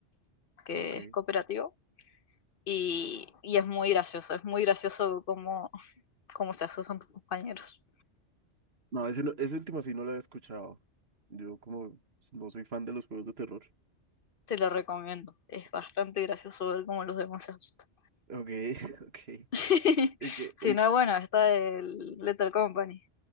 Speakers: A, on the left; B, on the right.
A: que
B: Ok.
A: es cooperativo y, y es muy gracioso, es muy gracioso cómo, cómo se asustan tus compañeros.
B: No, ese, no- ese último sí no lo había escuchado. Yo como no soy fan de los juegos de terror.
A: Te lo recomiendo, es
B: Ok,
A: bastante gracioso ver cómo los demás se asustan.
B: <laughs> ok.
A: <laughs>
B: El que,
A: Si
B: el,
A: no, bueno, está el Letter Company.